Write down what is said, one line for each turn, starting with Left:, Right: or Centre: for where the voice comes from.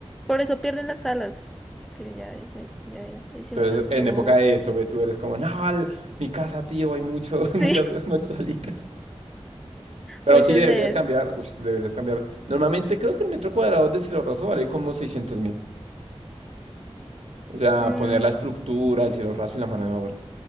Centre: Por eso pierden las alas. Que ya dicen, ya, ya hicimos
Right: Entonces,
Centre: nuestro...
Right: en época de eso, ve, tú eres como, no, el- mi casa, tío, hay mucho, <laughs>
Centre: Sí.
Right: muchas,
Centre: <laughs>
Right: muchas alitas. Pero
Centre: Moisés
Right: sí, deberías
Centre: de... él.
Right: cambiar. ush, deberías cambiar. Normalmente creo que el metro cuadrado de cielo raso vale como seiscientos mil. O sea,
Centre: Mm,
Right: poner la estructura, el cielo raso y la mano de obra.